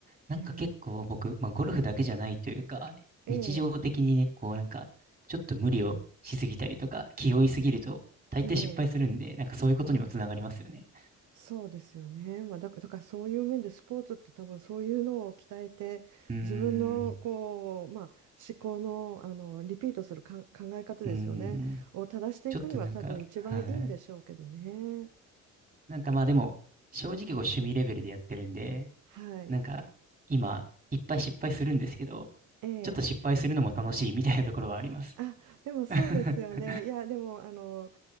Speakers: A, on the right; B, on the right.
A: なんか結構僕、
B: う、えー、
A: まあゴルフだけじゃないというか、
B: え
A: 日常的にね、こうなんか、ちょっと無理をしすぎたりとか、気負いすぎると、大抵失敗するんで、
B: ー、えー
A: なんかそういうことにもつながりますよね。
B: そうですよね。まあ、だ、だからそういう面でスポーツって多分そういうのを鍛えて、
A: うーん、
B: 自分のこう、まあ、思考の、あのリピートするか考え方ですよね、
A: うーん、
B: を正していくには多分一番いいんでしょうけどね。
A: ちょっとなんか、はい。なんかまあでも、正直こう趣味レベルでやってるんで、
B: はい。
A: なんか今、いっぱい失敗するんですけど、
B: ええ
A: ちょっと失敗するのも楽しいみたいなところはあります。
B: あ、でもそうですよね。
A: <laughs>
B: いや、でも、あの、